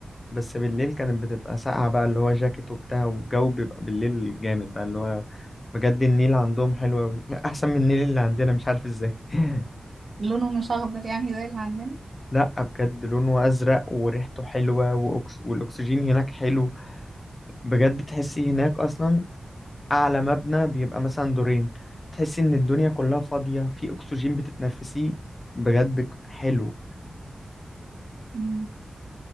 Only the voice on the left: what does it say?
بس بالليل كانت بتبقى ساقعة بقى اللي هو جاكيت وبتاع والجو بيبقى بالليل جامد بقى اللي هو بجد النيل عندهم حلو أوي <laughs> أحسن من النيل اللي عندنا مش عارف ازاي <laughs>
لا بجد لونه أزرق وريحته حلوة وأكس... والأكسجين هناك حلو بجد تحسي هناك اصلا اعلى مبنى بيبقى مثلا دورين تحسي ان الدنيا كلها فاضية في اكسجين بتتنفسيه بجد ك- حلو